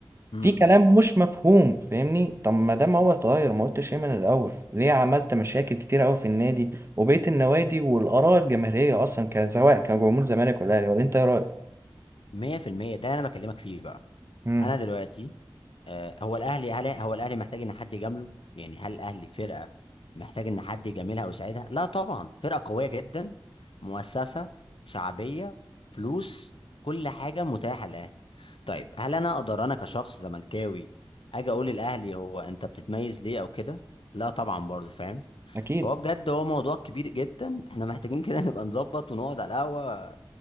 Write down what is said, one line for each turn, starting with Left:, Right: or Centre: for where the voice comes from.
Left: امم
Right: في كلام مش مفهوم فاهمني طب ما دام هو اتغير ما قلتش ايه من الاول ليه عملت مشاكل كتير قوي في النادي وبقيه النوادي والاراء الجماهيريه اصلا كان سواء كجمهور زمالك ولا اهلي ولا انت ايه رايك
Left: 100% ده انا بكلمك فيه بقى
Right: مم.
Left: انا دلوقتي آه، هو الاهلي هل هو الاهلي محتاج ان حد يجامله يعني هل الاهلي فرقه محتاج ان حد يجاملها او يساعدها لا طبعا فرقه قويه جدا مؤسسه شعبيه فلوس كل حاجه متاحه للاهلي طيب هل انا اقدر انا كشخص زملكاوي اجي اقول للاهلي هو انت بتتميز ليه او كده لا طبعا برضه فاهم
Right: اكيد
Left: فهو بجد هو موضوع كبير جدا احنا محتاجين كده <laughs> نبقى نظبط ونقعد على القهوه